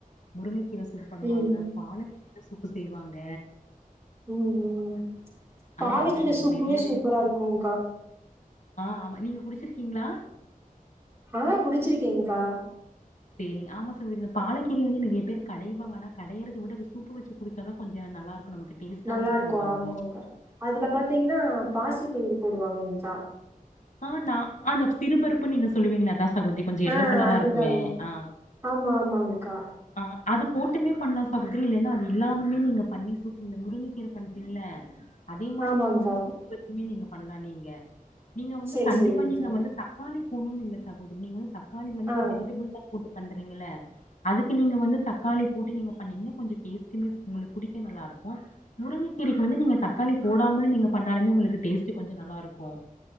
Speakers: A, on the left; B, on the right.
A: முருங்கை கீர சூப்பு பண்ணுவாங்க
B: ம்
A: பால கீர சூப்பு செய்வாங்க
B: ம் ம் பாலக்கீரை
A: ஆனா எல்லா நெ
B: சூப்புமே
A: நெறைய
B: சூப்பரா
A: பேருக்கு
B: இருக்கும்க்கா
A: ஆ ஆமா நீங்க குடிச்சிருக்கீங்களா
B: ஆ குடிச்சிருக்கேங்க்கா
A: சேரி ஆமா சகோதரி இந்த பாலக்கீரைய வந்து நறைய பேர் கடைவாங்க ஆனா கடையறத விட அது சூப்பு வச்சு குடுச்சாதான் கொஞ்சம் நல்லா இருக்கும் நமக்கு டேஸ்ட்டாவும்
B: நல்லா
A: இருக்கும்பாங்க
B: இருக்கு ஆமாங்க்கா அதுல பாத்தீங்கன்னா பாசி பயிர் போடுவாங்கச்சா
A: ஆ நான் அந்த சிறுபறுப்பு நீங்க சொல்லுவீங்களா அத சகோதிரி கொஞ்சோ எல்லோ
B: ஆ
A: கலரா
B: அதுதா
A: இருக்குமே
B: அதுதா
A: ஆ
B: ஆமா ஆமாங்க்கா
A: ஆ அது போட்டுமே பண்ணலாம் சகோதரி இலைன்னா அது இல்லாமலே நீங்க பண்ணி சூப்ப இந்த முருங்கை கீரை பண்ணுறீங்கள அதே மாரி
B: ஆமாங்க்கா
A: நீங்க வந்து சூப்பு வச்சுமே நீங்க பண்ணலாம் நீங்க நீங்க வந்து
B: சரி
A: கண்டிப்பா
B: சரிங்க்கா
A: நீங்க வந்து தக்காளி போகணும்னு இல்ல சகோதரி நீங்க வந்து தக்காளி வந்து
B: ஆ ஆ
A: இந்த வெஜிடேபிள் தக் பண்றீங்கள அதுக்கு நீங்க வந்து தக்காளி போட்டு நீங்க பண்ணீங்கன்னா கொஞ்சம் டேஸ்டிமே உங்களுக்கு குடிக்க நல்லா இருக்கும் முருங்கக்கீரைக்கு வந்து நீங்க தக்காளி போடாமலும் நீங்க பண்ணாலுமே உங்களுக்கு டேஸ்ட் கொஞ்சம் நல்லா இருக்கும்